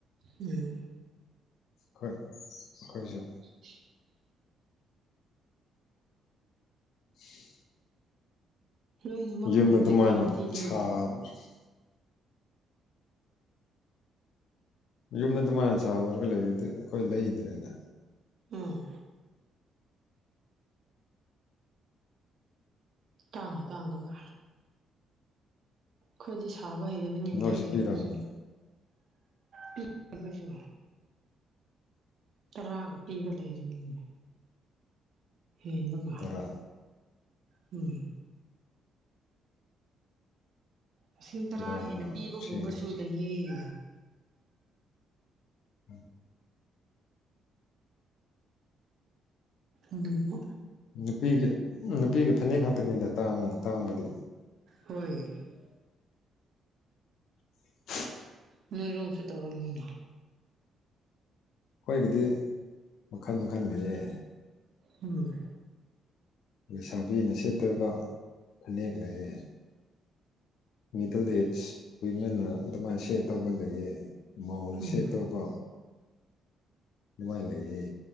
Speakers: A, on the right (about 60°); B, on the left (about 80°).
A: ꯎꯝ
B: ꯈꯔ ꯑꯈꯣꯏꯁꯨ
A: <inaudible>
B: <inaudible>
A: ꯂꯣꯏꯅꯃꯛ
B: ꯌꯨꯝꯗ
A: ꯍꯨꯖꯤꯛꯀꯥꯟꯁꯤꯗꯤ
B: ꯑꯗꯨꯃꯥꯏꯅ <unintelligible> ꯃꯌꯨꯝꯗ ꯑꯗꯨꯃꯥꯏꯅ ꯆꯥꯎꯔꯒ ꯂꯩꯔꯗꯤ ꯑꯈꯣꯏ ꯂꯩꯗ꯭ꯔꯦꯅꯥ
A: ꯎꯝ ꯇꯥꯡꯅ‌ ꯇꯥꯡꯕꯒ ꯈꯣꯏꯗꯤ ꯁꯥꯕ ꯍꯩꯗ ꯕꯅꯦ
B: ꯅꯣꯏꯁꯨ
A: ꯂꯩꯔꯤꯕꯅꯤꯅꯦ
B: ꯄꯤꯔꯝꯅꯤ
A: ꯄꯤ <inaudible> ꯑꯈꯣꯏꯁꯨ ꯇꯔꯥꯒ ꯄꯤꯕ ꯂꯩꯔꯤꯝꯅꯤꯅꯦ ꯍꯦꯟꯕꯒꯨꯝ
B: ꯇꯔꯥ
A: ꯎꯝ ꯂꯤꯁꯤꯡ ꯇꯔꯥ
B: ꯇꯔꯥꯗ
A: ꯍꯦꯟꯅ
B: ꯀꯅꯥ
A: ꯄꯤꯕꯒꯨꯝꯕꯁꯨ
B: ꯁꯦꯝꯕꯅꯣ
A: ꯂꯩꯌꯦ
B: ꯎꯝ
A: ꯑꯗꯨꯕꯨ
B: ꯅꯨꯄꯤꯒꯤ ꯅꯨꯄꯤꯒꯤ ꯐꯅꯦꯛ ꯈꯛꯇꯥꯅꯤꯗ ꯇꯥꯡ ꯇꯥꯡꯕꯗꯤ
A: ꯍꯣꯏ
B: <inaudible>
A: ꯅꯣꯏꯔꯣꯝꯁꯨ ꯇꯧꯔꯝꯅꯤꯅꯦ
B: ꯈꯣꯏꯒꯤꯗꯤ ꯃꯈꯜ ꯃꯈꯜ ꯂꯩꯌꯦ
A: ꯎꯝ
B: ꯂꯩꯁꯥꯕꯤꯅ ꯁꯦꯠꯇꯣꯏꯕ ꯐꯅꯦꯛ ꯂꯩꯌꯦ ꯃꯤꯗꯜ ꯑꯦꯖ ꯋꯤꯃꯦꯟꯅ ꯑꯗꯨꯃꯥꯏꯅ ꯁꯦꯠꯇꯧꯕ ꯂꯩꯌꯦ ꯃꯧꯅ
A: ꯎꯝ
B: ꯁꯦꯠꯇꯧꯕ ꯑꯗꯨꯃꯥꯏ ꯂꯩꯌꯦ